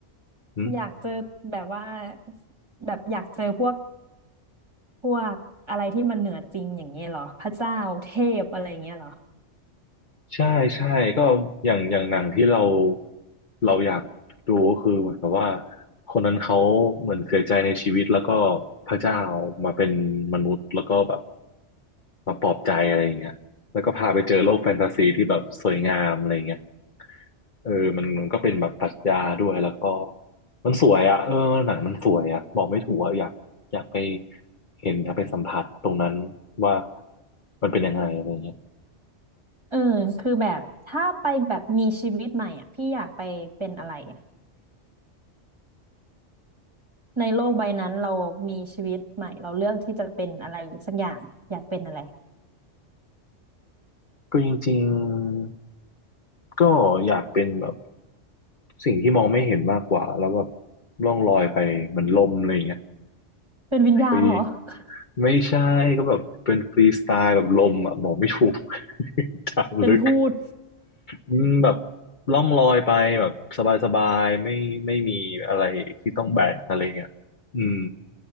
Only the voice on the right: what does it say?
อยากเจอแบบว่าแบบอยากเจอพวกพวกอะไรที่มันเหนือจริงอย่างเงี้ยเหรอพระเจ้าเทพอะไรอย่างเงี้ยเหรอ
เออคือแบบถ้าไปแบบมีชีวิตใหม่อ่ะพี่อยากไปเป็นอะไรอะในโลกใบนั้นเรามีชีวิตใหม่เราเลือกที่จะเป็นอะไรสักอย่างอยากเป็นอะไร
เป็นวิญญาณเหรอ
<laughs>
เป็นพูด